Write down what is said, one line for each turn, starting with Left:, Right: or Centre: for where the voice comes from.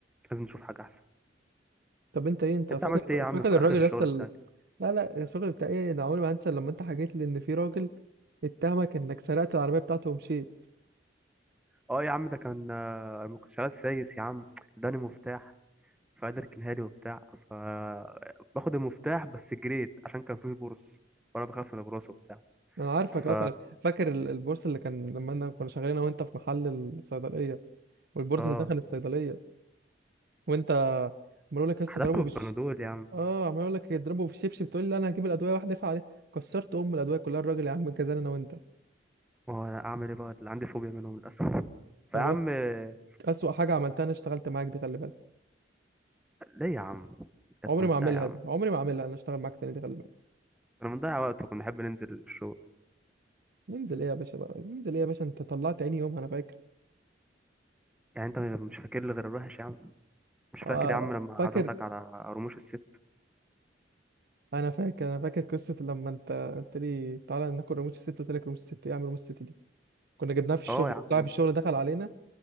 Centre: لازم نشوف حاجه احسن
Right: طب انت ايه انت
Centre: انت
Right: فاكر
Centre: عملت ايه يا عم
Right: فاكر
Centre: في
Right: الراجل
Centre: اخر الشغل
Right: يا اسطى ال-
Centre: بتاعك
Right: لا لا الشغل بتاع ايه انا عمري ما هنسى لما انت حكيت لي ان في راجل اتهمك انك سرقت العربيه بتاعته ومشيت
Centre: اه يا عم ده كان آه، ما كنتش عايز سايس يا عم اداني مفتاح فقعد يركنها لي وبتاع ف باخد المفتاح بس جريت عشان كان فيه برص وانا بخاف من البرص وبتاع
Right: انا عارفك
Centre: ف
Right: اه كان- فاكر ال- البورصه اللي كان لما انا كنا شغالين انا وانت في محل الصيدليه والبورصه
Centre: اه
Right: دخل الصيدليه وانت عمال اقول لك يا اسطى
Centre: حدفته
Right: اضربه
Centre: بالبنادول يا عم
Right: اه عمال اقول لك يضربه في الشبشب تقول لي لا انا هجيب الادويه واحده ادفع عليه كسرت ام الادويه كلها الراجل يا عم جزانا انا وانت
Centre: ما هو انا اعمل ايه بقى اللي عندي فوبيا منهم للاسف فيا
Right: خلي
Centre: عم
Right: بالك
Centre: آه،
Right: اسوأ حاجه عملتها انا اشتغلت معاك دي خلي بالك
Centre: ليه يا عم كانت
Right: عمري
Centre: ممتعه
Right: ما اعملها
Centre: يا عم
Right: دي عمري ما اعملها انا اشتغل معاك تاني دي خلي بالك
Centre: كنا بنضيع وقت وكنا نحب ننزل الشغل
Right: ننزل ايه يا باشا بقى ننزل ايه يا باشا انت طلعت عيني يوم انا فاكر
Centre: يعني انت مش فاكر لي غير الوحش يا عم مش فاكر
Right: اه
Centre: يا عم لما عزمتك
Right: فاكر
Centre: على رموش الست
Right: انا فاكر انا فاكر قصه لما انت قلت لي تعالى ناكل رموش الست قلت لك رموش الست ايه اعمل رموش الست دي كنا جبناها في الشغل
Centre: اه يا عم
Right: صاحب الشغل دخل علينا